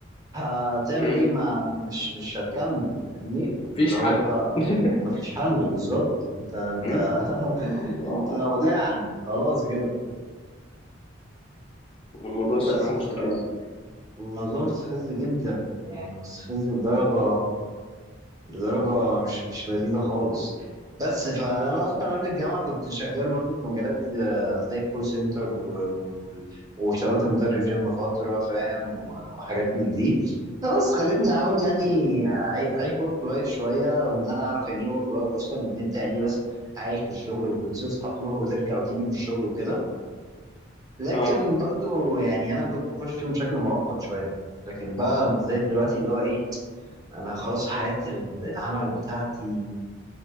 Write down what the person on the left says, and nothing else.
مم.
مفيش
حل <laughs>
مم.
الموضوع
الموضوع الصراحه
مستفز
آه.